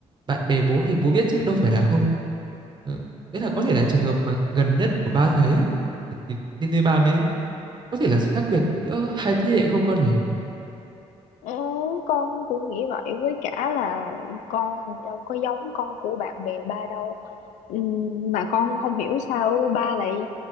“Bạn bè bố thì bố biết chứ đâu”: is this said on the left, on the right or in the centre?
Right